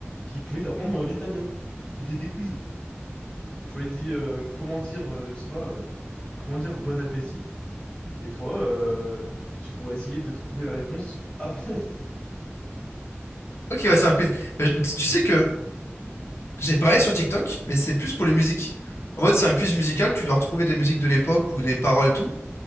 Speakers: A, on the left (about 20°); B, on the left (about 75°).
A: qui pouvait t'apprendre euh, l'italien. Il fait des quiz. Tu vois, il dit euh, comment dire, euh, je sais pas, euh, comment dire bon appétit. Et toi, euh, tu dois essayer de trouver la réponse avant. <laughs>
B: Ok, ouais, c'est un quiz. Bah, je- tu sais que J'ai parlé sur TikTok, mais c'est plus pour les musiques. En mode, c'est un quiz musical où tu dois retrouver des musiques de l'époque ou des paroles et tout.